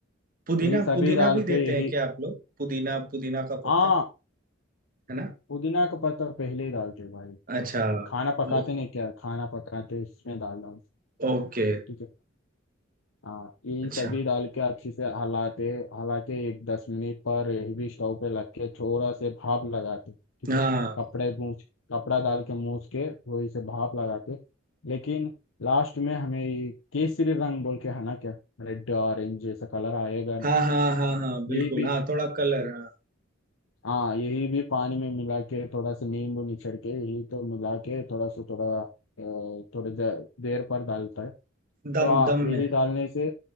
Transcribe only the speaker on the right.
पुदीना
पुदीना
भी देते
हैं क्या आप लोग पुदीना पुदीना का पत्ता
है ना
अच्छा
वो
ओके
अच्छा
हाँ
हाँ हाँ हाँ हाँ बिल्कुल
हाँ थोड़ा कलर हाँ
दम
दम
में